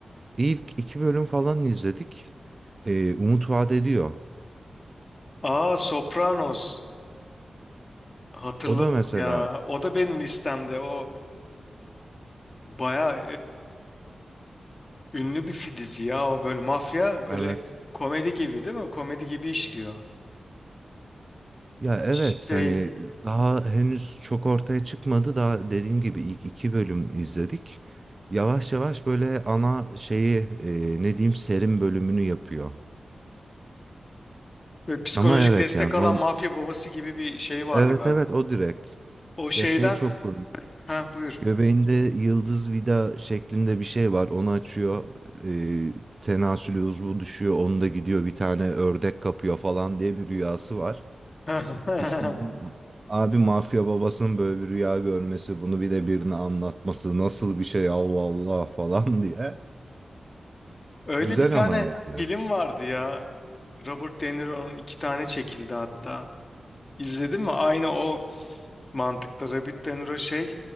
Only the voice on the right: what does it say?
İlk iki bölüm falan izledik. Ee, umut vaat ediyor.
O da mesela
evet.
Ya evet
hani daha henüz çok ortaya çıkmadı. Daha dediğim gibi ilk iki bölüm izledik. Yavaş yavaş böyle ana şeyi e, ne diyeyim serim bölümünü yapıyor.
Ama evet
yani
norm
evet
evet o direkt.
Ya şey çok komik.
Göbeğinde yıldız vida şeklinde bir şey var. Onu açıyor. E, tenasül uzvu düşüyor. Onu da gidiyor bir tane ördek kapıyor falan diye bir rüyası var.
Düşündüm. Abi mafya babasının böyle bir rüya görmesi, bunu bir de birine anlatması nasıl bir şey Allah Allah falan <laughs> diye.
Güzel
ama yani.